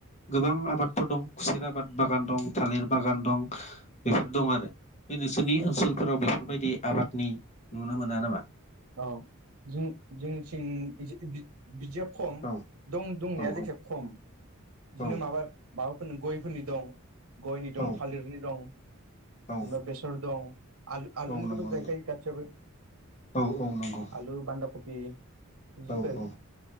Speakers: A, on the left (about 30°); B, on the right (about 85°).
A: गोबां आबादफोर दं खुसेर आबाद बागान दं थालिर बागान दं बेफोर दं आरो। बे नोंसोरनि ओनसोलफोराव बेफोरबायदि आबादनि नुनो मोना नामा?
B: औ जों जोंनिथिं बिदि बि बिदिया खम
A: औ
B: दं दंनाया
A: औ
B: जायखिया खम बिदिनो
A: औ
B: माबा माबाफोरनो गयफोरनि दं गयनि
A: औ
B: दं थालिरनि दं।
A: औ
B: उमफाय बेसर दं आलु
A: औ
B: आलुनिखौथ'
A: नंगौ नंगौ
B: गायखायो गासैबो।
A: औ औ नंगौ।
B: आलु बान्दा कबि इदिफोर
A: औ औ